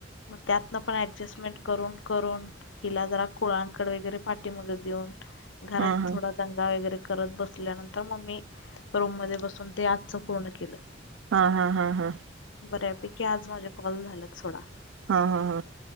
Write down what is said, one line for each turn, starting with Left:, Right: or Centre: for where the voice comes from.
Left: मग त्यातनं पण ॲडजस्टमेंट करून करून हिला जरा कुळांकड वगैरे पाठी मग देऊन घरात
Right: हा हा
Left: थोडा दंगा वगैरे करत बसल्यानंतर मग् ममी रूम मध्ये बसून ते आजचं पूर्ण केलं
Right: हा हा हा हां.
Left: बर्यापैकी आज माझे कॉल झालात सोडा
Right: हा हा हा